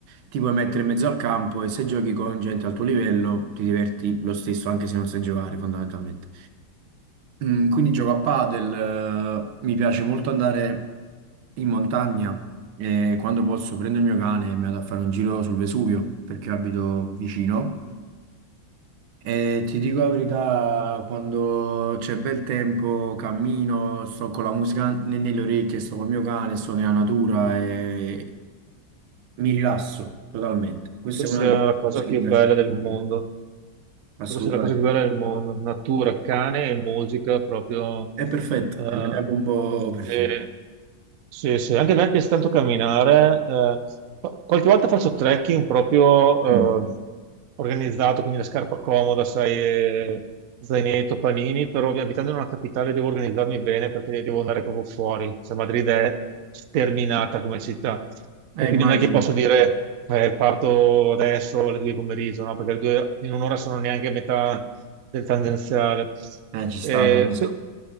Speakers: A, on the right; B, on the right.
A: ti puoi mettere in mezzo al campo e se giochi con gente al tuo livello ti diverti lo stesso anche se non sai giocare fondamentalmente. Mm, quindi gioco a padel, eh, mi piace molto andare in montagna e quando posso prendo il mio cane e mi vado a fare un giro sul Vesuvio perché abito vicino. E ti dico la verità, quando c'è bel tempo cammino, sto con la musica ne- nelle orecchie, sto col mio cane, sto nella natura e mi rilasso totalmente. Questa
B: Credo sia
A: è una delle
B: la cosa
A: cose che
B: più
A: mi
B: bella
A: piace di
B: del mondo,
A: più, assolutamente.
B: credo sia la cosa più bella del mondo, natura, cane e musica proprio
A: È perfetto,
B: eh,
A: è la mia combo perfetta.
B: che Sì, sì, anche a me piace tanto camminare. eh, fa- qualche volta faccio trekking proprio
A: Mm,
B: eh, organizzato, quindi la scarpa comoda, sai, eh, zainetto, panini, però abitando in una capitale devo organizzarmi bene perché devo andare proprio fuori. Cioè, Madrid è sterminata come città
A: eh,
B: e quindi
A: immagino.
B: non è che posso dire eh, parto adesso alle due di pomeriggio, no? Perché le due in un'ora sono neanche a metà del tangenziale.
A: Eh, ci sta,
B: Eh,
A: capisco.